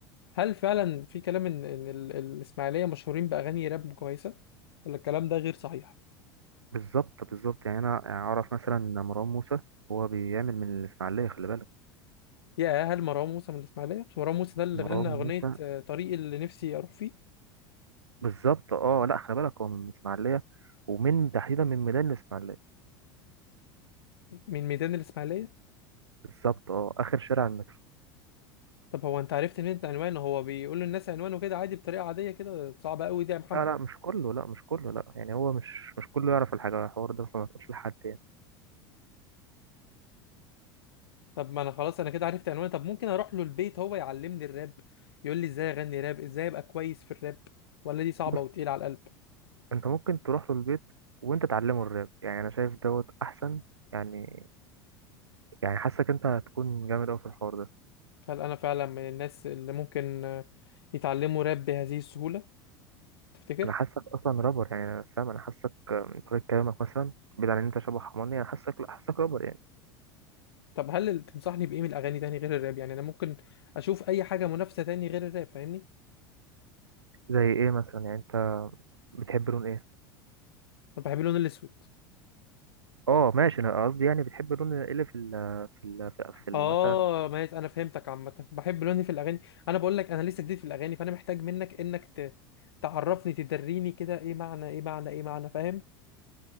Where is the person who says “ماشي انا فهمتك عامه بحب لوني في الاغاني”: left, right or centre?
Left